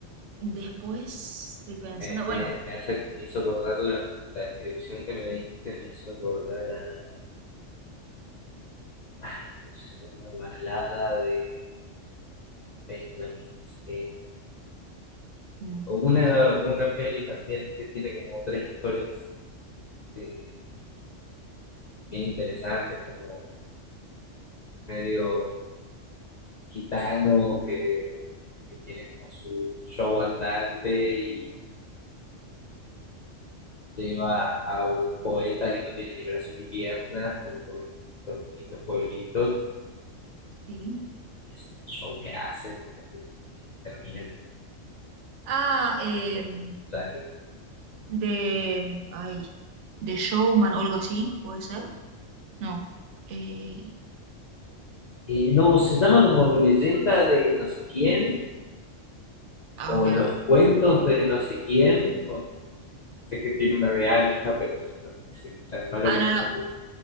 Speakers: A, on the right; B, on the left.
A: Después estoy pensando,
B: Me,
A: bueno,
B: me, me hace, me hizo acordar la, la descripción que me dijiste, me hizo acordar a, ay, ¿cómo se llama? Balada de Benjamin, no sé qué.
A: mm,
B: O una,
A: ok,
B: una peli también que tiene como tres historias eh, bien interesantes, como medio gitano que, que tiene como su show andante y lleva a un poeta que no tiene ni brazos ni piernas, como por los distintos pueblitos,
A: sí.
B: y es un show que hacen y así, termina como,
A: Ah, eh,
B: como tal.
A: de, ay, de Showman o algo así, ¿puede ser? No. Eh,
B: Y no, se llama como leyenda de no sé quién,
A: ah,
B: o
A: ok,
B: los
A: ok.
B: cuentos de no sé quién, o- sé que tiene una de Alja, pero no, soy tan malo
A: Ah,
B: con
A: no,
B: el
A: no.
B: nombre.